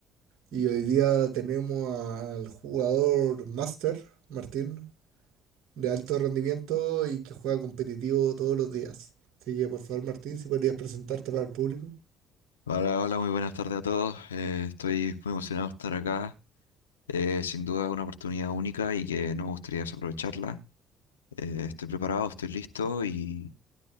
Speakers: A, on the right; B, on the left.
A: Y hoy día tenemos al jugador Master, Martín, de alto rendimiento y que juega competitivo todos los días. Así que por favor, Martín, si podrías presentarte para el público.
B: Hola, hola, muy buenas tardes a todos. Eh, estoy muy emocionado de estar acá. Eh, sin duda una oportunidad única y que no me gustaría desaprovecharla. Eh, estoy preparado, estoy listo y